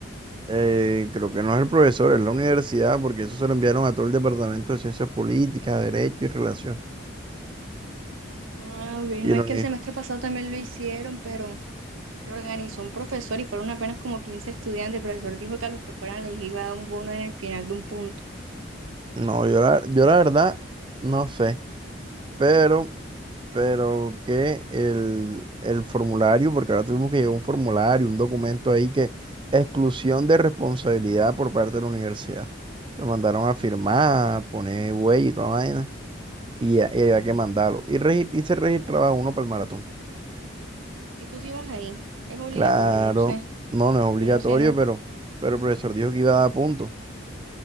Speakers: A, on the right (about 25°); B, on the right (about 80°).
A: eh, creo que no es el profesor, es la universidad, porque eso se lo enviaron a todo el departamento de ciencias políticas, derecho y relación.
B: Ah, ok.
A: Y
B: No
A: la
B: es
A: uni-
B: que el semestre pasado también lo hicieron, pero lo organizó un profesor y fueron apenas como 15 estudiantes. El profesor dijo que a los que fueran les iba a dar un bono en el final de un punto.
A: no, yo la, yo la verdad no sé, pero pero que el, el formulario, porque ahora tuvimos que llevar un formulario, un documento ahí que exclusión de responsabilidad por parte de la universidad. Lo mandaron a firmar, poner huella y toda la vaina, y, ya- y había que mandarlo. Y, regi- y se registraba uno para el maratón.
B: Y tú sí vas ahí. Es obligatorio,
A: Claro,
B: no sé.
A: no, no es obligatorio,
B: Yo no sé nada.
A: pero, pero el profesor dijo que iba a dar puntos.